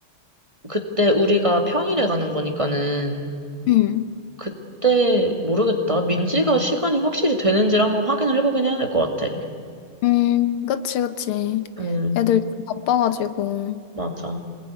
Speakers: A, on the right (about 15°); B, on the left (about 85°).
A: 그때 우리가 평일에 가는 거니까는
B: 응,
A: 그때 모르겠다. 민지가 시간이 확실히 되는지를 한번 확인을 해보긴 해야 될 것 같아.
B: 음, 그치, 그치.
A: 응,
B: 애들 요즘 바빠가지고.
A: 맞아.